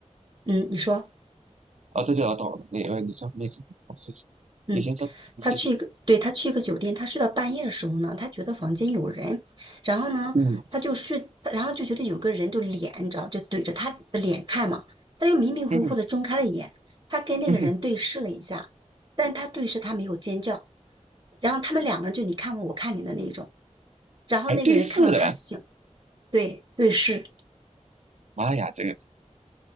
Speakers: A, on the right; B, on the right.
A: 嗯，你说。
B: 啊，对对，我懂了，你呃，你说没事，好谢谢。
A: 嗯，
B: 你先说，
A: 他去一个，
B: 谢谢。
A: 对，他去一个酒店，他睡到半夜的时候呢，他觉得房间有人，然后呢，
B: 嗯
A: 他就睡，然后就觉得有个人就脸，你知道，就怼着他的脸看嘛，他就迷迷糊糊的睁开了眼，
B: 嗯哼
A: 他跟那个人对视了一下，
B: 嗯哼，
A: 但是他对视他没有尖叫，然后他们两个人就你看我我看你的那种，然后那个人看到他醒，
B: 还对视了，
A: 对，对视，
B: 妈呀，这个，